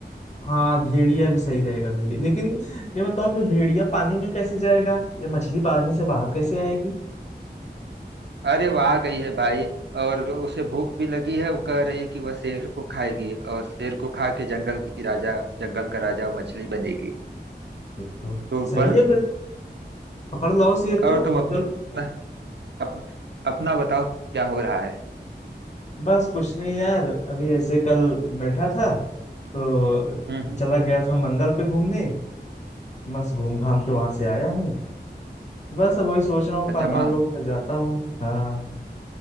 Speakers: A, on the left; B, on the right.
A: हाँ भेड़िया भी सही रहेगा भेड़िया लेकिन ये बताओ कि भेड़िया पानी में कैसे जाएगा ये मछली पानी से बाहर कैसे आएगी
B: अरे वहां गई है भाई और उसे भूख भी लगी है वो कह रही है कि वह शेर को खाएगी और शेर को खा के जंगल की राजा जंगल का राजा मछली बनेगी
A: ये तो
B: तो
A: सही
B: बन
A: है फिर पकड़ लाओ शेर
B: और
A: को
B: तुम अपना
A: चलो
B: अप, अपना बताओ क्या हो रहा है
A: बस कुछ नहीं यार अभी ऐसे कल बैठा था तो
B: हम्म हम्म।
A: चला गया था मंगल पे घूमने बस घूम घाम के वहां से आया हूँ बस अब वही सोच रहा हूँ
B: अच्छा
A: पाताल
B: माँ
A: लोक फिर जाता हूँ हाँ